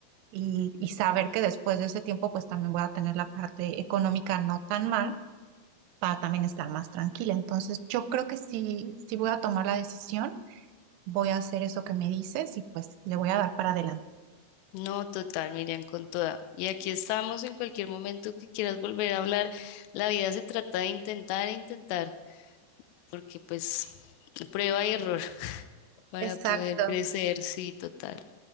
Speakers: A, on the right; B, on the left.
A: y, y saber que después de ese tiempo pues también voy a tener la parte económica no tan mal para también estar más tranquila. Entonces, yo creo que sí, sí voy a tomar la decisión voy a hacer eso que me dices y pues le voy a dar para adelante.
B: No, total, Miriam, con toda. Y aquí estamos en cualquier momento que quieras volver a hablar. La vida se trata de intentar e intentar, porque pues prueba y error <laughs> para
A: Exacto.
B: poder crecer, sí, total.